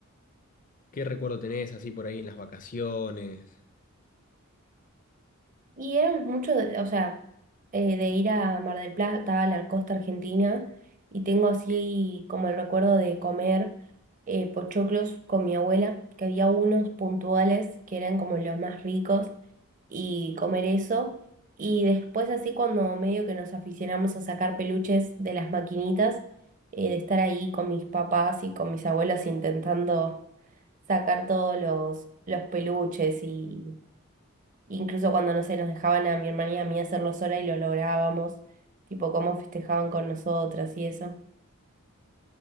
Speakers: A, on the left (about 40°); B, on the right (about 40°).
A: qué recuerdo tenés así por ahí en las vacaciones.
B: Y éramos muchos, de- o sea, eh, de ir a Mar del Plata, a la costa argentina, y tengo así como el recuerdo de comer eh, pochoclos con mi abuela, que había unos puntuales que eran como los más ricos, y comer eso. Y después así cuando medio que nos aficionamos a sacar peluches de las maquinitas, eh, de estar ahí con mis papás y con mis abuelos intentando sacar todos los, los peluches y incluso cuando, no sé, nos dejaban a mi hermana y a mí hacerlo sola y lo lográbamos, tipo cómo festejaban con nosotras y eso.